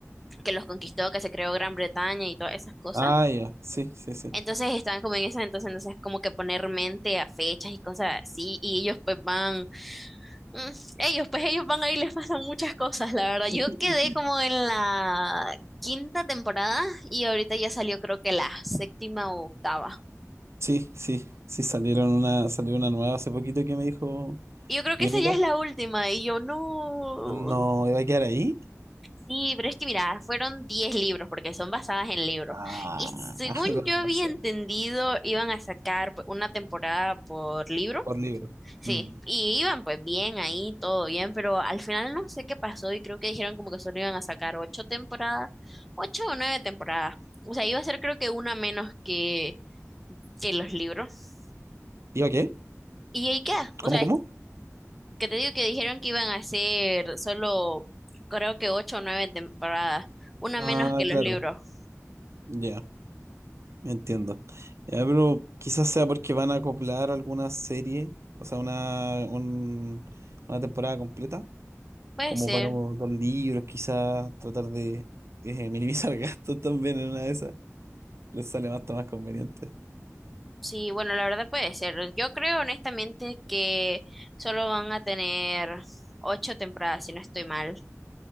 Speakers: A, in the centre; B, on the right.
A: que los conquistó, que se creó Gran Bretaña y todas esas cosas.
B: Ah, ya, sí, sí, sí.
A: Entonces estaban como en eso, entonces, entonces como que poner mente a fechas y cosas así, y ellos pues van, mm, ellos pues ellos van ahí, <laughs> les pasan muchas cosas, la verdad.
B: <laughs>
A: Yo quedé como en la quinta temporada y ahorita ya salió creo que la séptima o octava.
B: Sí, sí, sí, salieron una, salió una nueva hace poquito que me dijo
A: Y yo creo que
B: mi
A: esa
B: amiga.
A: ya es la última, y yo no.
B: No, ¿iba a quedar ahí?
A: Sí, pero es que mira, fueron 10 libros porque son basadas en libros.
B: Ah,
A: Y según
B: <laughs> con
A: yo había
B: razón,
A: entendido, iban a sacar pues, una temporada por libro.
B: por libro.
A: Sí,
B: Mm.
A: y iban pues bien ahí, todo bien, pero al final no sé qué pasó y creo que dijeron como que solo iban a sacar ocho temporadas, ocho o nueve temporadas. O sea, iba a ser creo que una menos que, que los libros.
B: ¿Iba qué?
A: Y ahí queda. O
B: ¿Cómo,
A: sea,
B: cómo?
A: es que te digo que dijeron que iban a hacer solo creo que ocho o nueve temporadas, una
B: Ah,
A: menos que los
B: claro,
A: libros.
B: ya, entiendo. Ya, pero quizás sea porque van a acoplar alguna serie, o sea, una, un- una temporada completa,
A: Puede
B: como
A: ser.
B: para dos libros, quizás tratar de eh, minimizar <laughs> gastos también en una de esas. Les sale más, más conveniente.
A: Sí, bueno, la verdad puede ser. Yo creo honestamente que solo van a tener ocho temporadas, si no estoy mal.